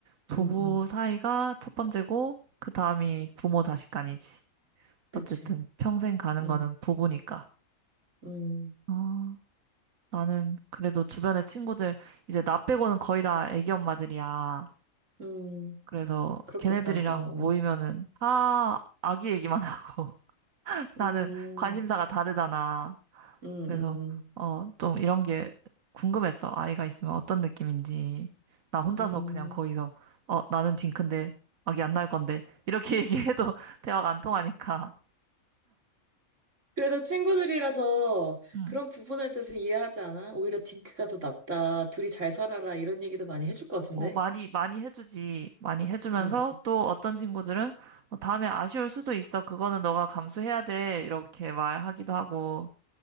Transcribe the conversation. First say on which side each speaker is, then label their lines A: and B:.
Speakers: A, on the right; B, on the right.
A: 부부
B: 응, 응.
A: 사이가 첫 번째고, 그 다음이 부모 자식 간이지.
B: 그치.
A: 어쨌든 평생 가는
B: 응,
A: 거는 부부니까.
B: 응,
A: 어. 나는 그래도 주변에 친구들 이제 나 빼고는 거의 다 애기 엄마들이야.
B: 응.
A: 그래서
B: 그렇겠다.
A: 걔네들이랑
B: 어, 어.
A: 모이면은 다 아기 얘기만 <laughs> 하고 나는
B: 음,
A: 관심사가 다르잖아.
B: 음,
A: 그래서
B: 음,
A: 어 좀 이런 게 궁금했어. 아이가 있으면 어떤 느낌인지. 나 혼자서
B: 음.
A: 그냥 거기서 어 나는 딩크인데 아기 안 낳을 건데 이렇게 <laughs> 얘기해도 대화가 안 통하니까.
B: 그래도 친구들이라서
A: 음.
B: 그런 부분에 대해서 이해하지 않아? 오히려 딩크가 더 낫다. 둘이 잘 살아라. 이런 얘기도 많이 해줄 것 같은데?
A: 어, 많이, 많이 해주지. 많이 해주면서
B: 음,
A: 또 어떤 친구들은 어, 다음에 아쉬울 수도 있어. 그거는 너가 감수해야 돼. 이렇게 말하기도 하고.